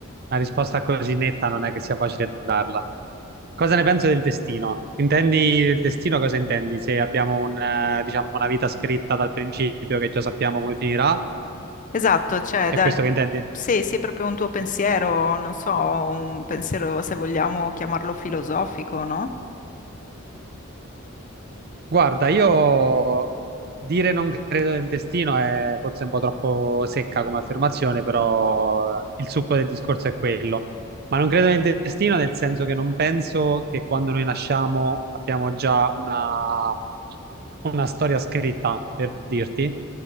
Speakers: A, on the right; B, on the left.
A: una risposta così netta non è che sia facile darla. Cosa ne penso del destino? Intendi del destino cosa intendi? Se abbiamo un, eh, diciamo, una vita scritta dal principio che già sappiamo come finirà,
B: Esatto, cioè
A: è
B: dal-
A: questo che intendi?
B: se se è proprio un tuo pensiero, non so, un pensiero se vogliamo chiamarlo filosofico, no?
A: Guarda, io dire non credo nel destino è forse un po' troppo secca come affermazione, però il succo del discorso è quello. Ma non credo nel destino nel senso che non penso che quando noi nasciamo abbiamo già una, una storia scritta, per dirti,